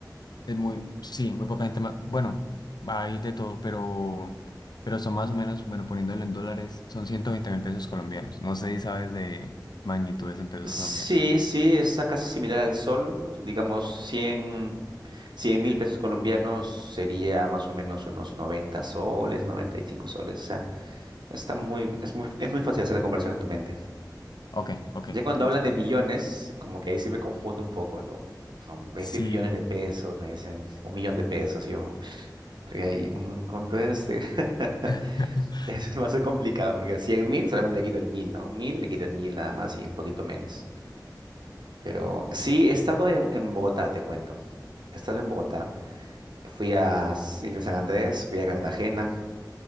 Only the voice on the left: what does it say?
Es muy, sí, muy poca gente más. Bueno, hay de todo, pero, pero son más o menos, bueno, poniéndolo en dólares, son ciento veinte mil pesos colombianos. No sé si sabes de magnitudes en pesos
colombianos.
Ok, ok.
ent-
Sí.
<laughs>